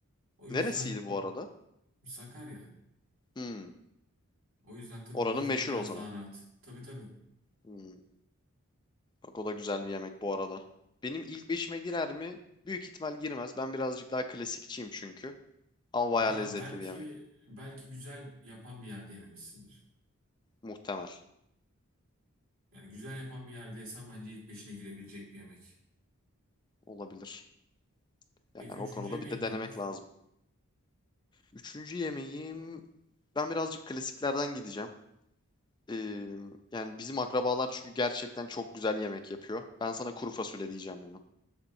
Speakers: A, on the right (about 75°); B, on the left (about 20°).
A: O yüzden
B: Neresiydi bu arada?
A: Sakarya.
B: Hmm.
A: O yüzden tabii
B: Oranın
A: ulaşmam
B: meşhur
A: biraz
B: o zaman.
A: daha rahat. Tabii tabii.
B: Hmm. Bak o da güzel bir yemek bu arada. Benim ilk beşime girer mi? Büyük ihtimal girmez. Ben birazcık daha klasikçiyim çünkü. Ama bayağı
A: Ya
B: lezzetli
A: belki
B: bir yemek.
A: belki güzel yapan bir yerde yememişsindir.
B: Muhtemel.
A: Yani güzel yapan bir yerde yesen bence ilk beşine girebilecek bir yemek.
B: Olabilir. Yani
A: Peki üçüncü
B: o konuda
A: yemeğin
B: bir de denemek
A: ne olur?
B: lazım. Üçüncü yemeğim... Ben birazcık klasiklerden gideceğim. Ee, yani bizim akrabalar çünkü gerçekten çok güzel yemek yapıyor. Ben sana kuru fasulye diyeceğim ya.